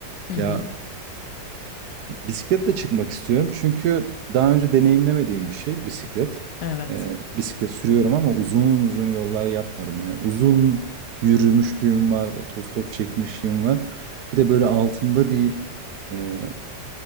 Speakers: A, on the left; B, on the right.
A: Hı hı.
B: Ya Bisikletle çıkmak istiyorum çünkü daha önce deneyimlemediğim bir şey bisiklet.
A: Evet.
B: Ee, bisiklet sürüyorum ama uzun uzun yollar yapmadım. Yani uzun yürümüşlüğüm var, otostop çekmişliğim var. Bir de böyle altında bir e,